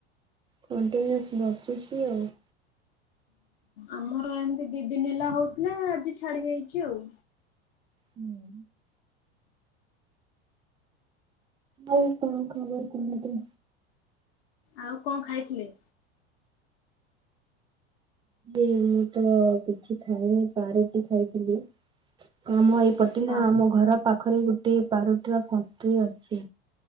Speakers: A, on the right; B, on the left.
A: କଣ୍ଟିନିୟସ୍ ବର୍ସୁଛି ଆଉ।
B: ଆମର ଏମତି ଦି ଦିନି ହେଲା ହଉଥିଲା, ଆଜି ଛାଡି ଯାଇଛି ଆଉ।
A: ହୁଁ। ଆଉ କଣ ଖବର କୁହନ୍ତୁ?
B: ଆଉ କଣ ଖାଇଥିଲେ?
A: ଏଇ ମୁଁ ତ କିଛି ଖାଇନି, ପାଆଁରୁଟି ଖାଇଥିଲି। ଆମ ଏଇପଟେ ନା,
B: ହଁ
A: ଆମ ଘର ପାଖରେ ଗୋଟେ ପାଆଁରୁଟିର ଫ୍ୟାକ୍ଟ୍ରି ଅଛି।